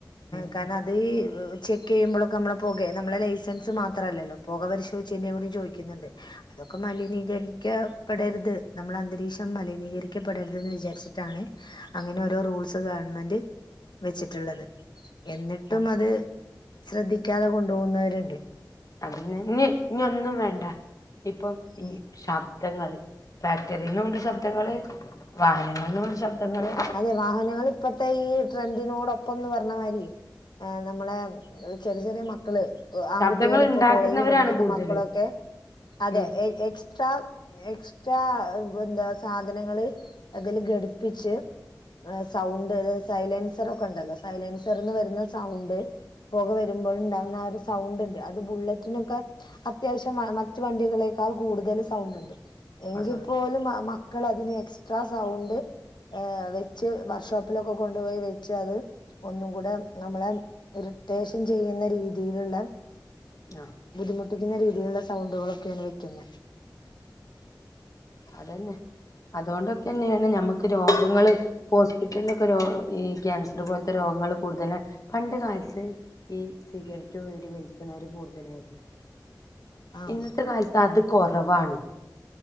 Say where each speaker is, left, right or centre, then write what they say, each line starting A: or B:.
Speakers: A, on the left (about 50°); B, on the left (about 80°).
A: ഉം
B: കാരണം
A: ഉം
B: അത് വെ- ചെക്കെയ്യുമ്പളൊക്കെ നമ്മളെ പൊകെ നമ്മളെ ലൈസൻസും മാത്രല്ലല്ലൊ പൊക പരിശോയ്ചേന്റേം കൂടി ചോയിക്കുന്നുണ്ട്. ഇതൊക്കെ മലിനീകരിക്കപ്പെടരുത് നമ്മള അന്തരീക്ഷം മലിനീകരിക്കപ്പെടരുത് ന്ന് വിചാരിച്ചി ട്ടാണ് അങ്ങനെ ഓരോ റൂൾസ് ഗവൺമെന്റ് വെച്ചിട്ടുള്ളത്. എന്നിട്ടും
A: ആ
B: അത് ശ്രദ്ധിക്കാതെ കൊണ്ടു പോകുന്നവരുണ്ട്.
A: അതിന് ഞ് ഞ്ഞി ഒന്നും വേണ്ട ഇപ്പം ഈ.
B: ഉം
A: ശബ്ദങ്ങൾ ഫാക്ടറിന്നുണ്ട് ശബ്ദങ്ങള്, വാഹനങ്ങൾന്നുണ്ട് ശബ്ദങ്ങള്.
B: അതെ വാഹനങ്ങൾ ഇപ്പത്തെ ഈ ട്രെൻഡിനോടൊപ്പംന്ന് പറഞ്ഞ മായിരി ആ നമ്മളെ... ഈ ചെറിയ ചെറിയ മക്കള് ആൺകുട്ടികൾ
A: ശബ്ദങ്ങൾ
B: ഇപ്പൊ
A: ഉണ്ടാക്കുന്നവരാണ്
B: കോളേജിൽ പഠിക്കുന്ന
A: കൂടുതലും
B: മക്കളൊക്കെ. അതെ
A: ഉം
B: എ എക്സ്ട്രാ- എക്സ്ട്രാ ഇപ്പെ എന്താ സാധനങ്ങള് അതില് ഘടിപ്പിച്ച്... ആ സൗണ്ട് അതായ സൈലൻസറൊക്കെ ഉണ്ടല്ലോ സൈലൻസർന്ന് വരുന്ന സൗണ്ട്.. പൊക വരുമ്പോഴുണ്ടാകുന്ന ആ ഒരു സൗണ്ട് ഉണ്ട് അത് ബുള്ളറ്റിനൊക്കെ.. അത്യാവശ്യമാണ് മറ്റു വണ്ടികളെക്കാൾ കൂടുതൽ സൗണ്ട് ഇണ്ട്. എങ്കിൽ
A: ആ സൗണ്ട്
B: പോലും മ മക്കൾ അതിന് എക്സ്ട്രാ സൗണ്ട്. ആഹ് വെച്ച് വർഷോപ്- ലൊക്കെ കൊണ്ടുപോയി വെച്ച് അത് ഒന്നും കൂടെ നമ്മളെ ഇറിട്ടേഷൻ ചെയ്യുന്ന രീതി രീതിയിലിള്ളെ
A: ആ
B: ബുദ്ധിമുട്ടിക്കുന്ന രീതിയിലുള്ള സൗണ്ടുകളൊക്കെയാണ് വെക്കുന്നെ
A: അതെനെ അതൊണ്ടൊക്കെന്നെണ് നമ്മക്ക് രോഗങ്ങള്. ഇപ്പ ഹോസ്പിറ്റലിലൊക്കെ രോ ഈ ക്യാൻസർ പോലത്തെ രോഗങ്ങള് കൂടുതല പണ്ട് കാലത്ത്. ഈ സിഗരറ്റും വീടി വലിക്കുന്നര് കൂടുതലായിരുന്നു.
B: ആ
A: ഇന്നത്തെ കാലത്ത് അത് കൊറവാണ്.